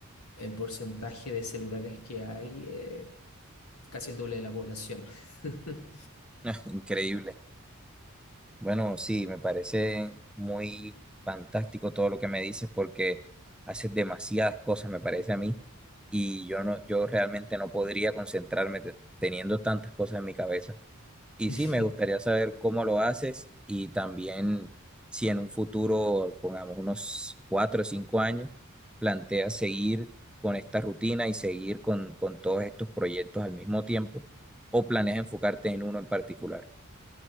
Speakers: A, on the left; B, in the centre.
A: el porcentaje de celulares que hay, eh, casi el doble de la población. <laughs>
B: <laughs> increíble. Bueno, sí, me parece muy fantástico todo lo que me dices porque haces demasiadas cosas, me parece a mí, y yo no, yo realmente no podría concentrarme te- teniendo tantas cosas en mi cabeza. Y
A: Sí.
B: sí, me gustaría saber cómo lo haces y también si en un futuro, pongamos unos cuatro o cinco años, planteas seguir con esta rutina y seguir con, con todos estos proyectos al mismo tiempo o planeas enfocarte en uno en particular.